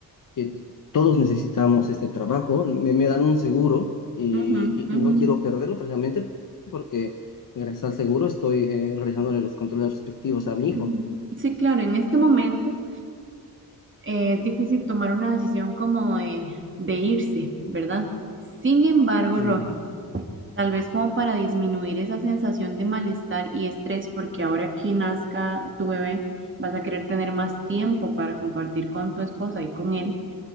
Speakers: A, on the left; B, on the right.
A: que todos necesitamos este trabajo, me, me dan un seguro y,
B: ujú, ujú,
A: y- y no quiero perderlo precisamente porque gracias al seguro estoy eh, realizándole los controles respectivos a mi hijo.
B: ujú. Sí, claro, en este momento eh, es difícil tomar una decisión como de, de irse, ¿verdad? Sin embargo,
A: Y,
B: Roger, tal vez como para disminuir esa sensación de malestar y estrés, porque ahora que nazca tu bebé, vas a querer tener más tiempo para compartir con tu esposa y con él